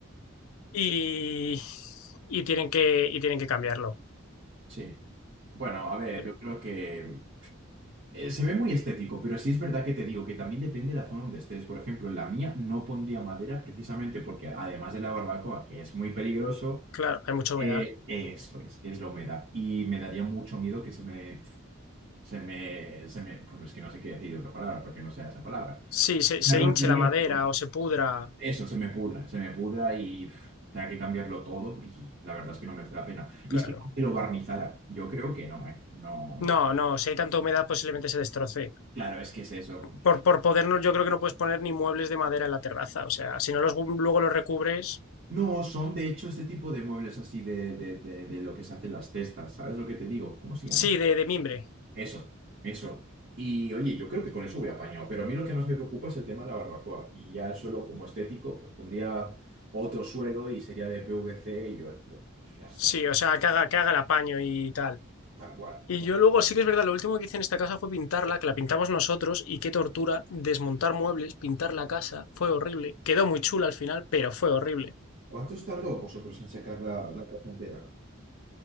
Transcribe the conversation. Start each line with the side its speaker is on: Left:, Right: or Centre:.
Left: y, y tienen que, y tienen que cambiarlo.
Right: Sí. Bueno, a ver,
Left: Pero,
Right: yo creo que eh, se ve muy estético, pero sí es verdad que te digo que también depende de la zona donde estés. Por ejemplo, en la mía no pondría madera precisamente porque además de la barbacoa, que es muy peligroso,
Left: claro, hay mucha
Right: eh,
Left: humedad.
Right: eso es, es la humedad. Y me daría mucho miedo que se me, se me, se me, pues es que no sé qué decir otra palabra para que no sea esa palabra.
Left: Sí, se,
Right: Me
Left: se
Right: rompería
Left: hinche la madera
Right: todo.
Left: o se pudra,
Right: Eso, se me pudra, se me pudra y pf, tenga que cambiarlo todo y la verdad es que no merece la pena. Y
Left: claro.
Right: es que aunque lo barnizara, yo creo que no, ¿eh? No.
Left: No, no, si hay tanta humedad posiblemente se destroce.
Right: Claro, es que es eso.
Left: Por, por poder, no- yo creo que no puedes poner ni muebles de madera en la terraza, o sea, si no los luego los recubres,
Right: No, son de hecho este tipo de muebles así de, de, de- de lo que se hacen las cestas. ¿Sabes lo que te digo? ¿Cómo se
Left: sí,
Right: llaman?
Left: de, de mimbre.
Right: Eso, eso. Y oye, yo creo que con eso voy apañado, pero a mí lo que más me preocupa es el tema de la barbacoa. Y ya el suelo como estético, pues pondría otro suelo y sería de PVC y yo, yo, ya está,
Left: Sí, o sea, que haga, que haga el apaño y tal.
Right: tal cual.
Left: Y yo luego, sí que es verdad, lo último que hice en esta casa fue pintarla, que la pintamos nosotros, y qué tortura desmontar muebles, pintar la casa, fue horrible. Quedó muy chula al final, pero fue horrible.
Right: ¿Cuántos tardó vosotros en secar la, la casa entera?